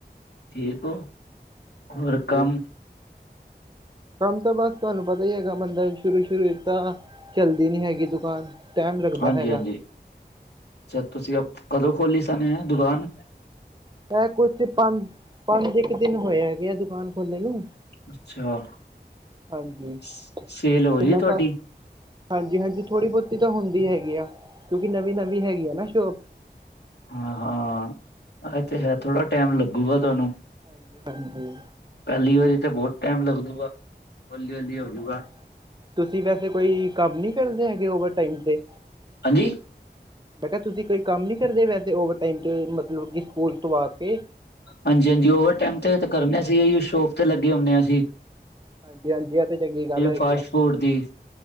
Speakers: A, on the left; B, on the right.
A: ਠੀਕ ਐ,
B: ਹਾਂਜੀ
A: ਹੋਰ ਕੰਮ
B: ਕੰਮ ਤਾਂ ਬਸ ਤੁਹਾਨੂੰ ਪਤਾ ਈ ਹੈਗਾ ਬੰਦਾ ਸ਼ੁਰੂ ਸ਼ੁਰੂ ਤਾਂ ਚੱਲਦੀ ਨੀ ਹੈਗੀ ਦੁਕਾਨ ਟਾਈਮ ਲੱਗਦਾ
A: ਹਾਂਜੀ
B: ਹੈਗਾ
A: ਹਾਂਜੀ ਅੱਛਾ ਤੁਸੀਂ ਕਦੋਂ ਖੋਲੀ ਸਨ ਏ ਇਹ ਦੁਕਾਨ।
B: ਇਹ ਕੁਛ ਪੰਜ ਪੰਜ ਇੱਕ ਦਿਨ ਹੋਏ ਹੈਗੇ ਐ ਦੁਕਾਨ ਖੋਲੇ ਨੂੰ
A: ਅੱਛਾ,
B: ਹਾਂਜੀ
A: ਸੇਲ ਹੋ
B: ਕਿੰਨਾ
A: ਰੀ ਏ ਤੁਹਾਡੀ।
B: ਸ ਹਾਂਜੀ, ਹਾਂਜੀ। ਥੋੜੀ ਬੋਤੀ ਤਾਂ ਹੁੰਦੀ ਹੈਗੀ ਆ ਕਿਉਂਕਿ ਨਵੀਂ- ਨਵੀਂ ਹੈਗੀ ਆ ਨਾ ਸ਼ੋਪ।
A: ਹਾਂ-ਹਾਂ, ਇਹ
B: ਹਾਂਜੀ
A: ਤੇ ਹੈ ਥੋੜਾ ਟਾਈਮ ਲੱਗੂਗਾ ਤੁਹਾਨੂੰ।
B: ਹਾਂਜੀ, ਹਾਂਜੀ।
A: ਪੈਲੀ ਵਾਰੀ ਤਾਂ ਬਹੁਤ ਟਾਈਮ ਲੱਗਦੂਗਾ। ਹੌਲੀ - ਹੌਲੀ
B: ਹਾਂਜੀ
A: ਹੋਜੂਗਾ।
B: ਹੋਰ ਤੁਸੀਂ ਵੈਸੇ ਕੋਈ ਕੰਮ ਨੀ ਕਰਦੇ ਹੈਗੇ ਓਵਰ ਟਾਈਮ ਤੇ।
A: ਹਾਂਜੀ।
B: ਮੈਂ ਕਿਹਾ ਤੁਸੀਂ ਕੋਈ ਕੰਮ ਨੀ ਕਰਦੇ ਵੈਸੇ ਓਵਰਾਈਮ ਮਤਲਬ ਕਿ ਸਕੂਲ ਤੋਂ ਆ ਕੇ।
A: ਹਾਂਜੀ, ਹਾਂਜੀ ਓਵਰਟਾਈਮ ਤੇ ਕਰਨੇ ਆ ਸ਼ੋਪ ਤੇ ਲੱਗੇ ਹੁੰਨੇ ਆ ਅਸੀ।
B: ਹਾਂਜੀ, ਹਾਂਜੀ। ਇਹ ਤੇ ਚੰਗੀ ਗੱਲ ਹੈਗੀ
A: ਫਾਸਟ
B: ਆ।
A: ਫੂਡ ਦੀ